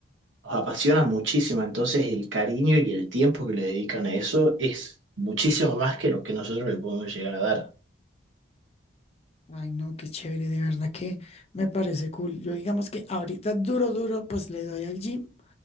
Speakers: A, on the right; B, on the left.
A: los apasiona muchísimo, entonces el cariño y el tiempo que le dedican a eso es muchísimo más que lo que nosotros le podemos llegar a dar.
B: Ay, no, qué chévere, de verdad que me parece cool. Yo digamos que ahorita duro, duro, pues le doy al gym.